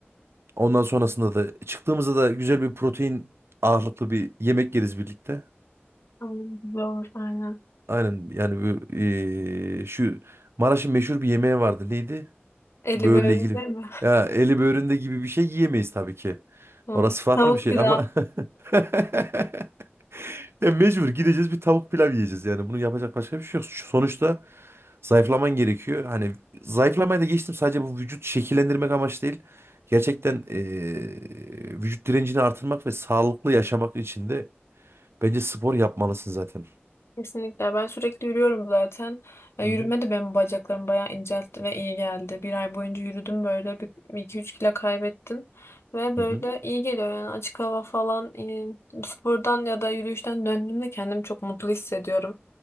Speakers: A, on the right; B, on the left.
A: Ondan sonrasında da çıktığımızda da güzel bir protein ağırlıklı bir yemek yeriz birlikte.
B: Tamam, güzel olur aynen.
A: Aynen yani bu eee, şu Maraş'ın meşhur bir yemeği vardı. Neydi?
B: Eli
A: Böğürle
B: böyle
A: ilgili.
B: değil mi?
A: Ya eli böğründe gibi bir şey yiyemeyiz tabii ki.
B: <laughs> Tamam.
A: Orası farklı
B: Tavuk
A: bir şey
B: pilav.
A: ama <laughs> Ya mecbur gideceğiz bir tavuk pilav yiyeceğiz yani. Bunu yapacak başka bir şey yok. Şu- Sonuçta zayıflaman gerekiyor. Hani zayıflamaya da geçtim sadece bu vücut şekillendirmek amaç değil. Gerçekten eee, vücut direncini artırmak ve sağlıklı yaşamak için de bence spor yapmalısın zaten.
B: Kesinlikle. Ben sürekli yürüyorum zaten. E,
A: Hı
B: yürüme
A: hı.
B: de benim bacaklarımı bayağı inceltti ve iyi geldi. Bir ay boyunca yürüdüm böyle. Bir, bir iki üç kilo kaybettim. Ve
A: Hı
B: böyle
A: hı.
B: iyi geliyor yani açık hava falan. e, spordan ya da yürüyüşten döndüğümde kendimi çok mutlu hissediyorum.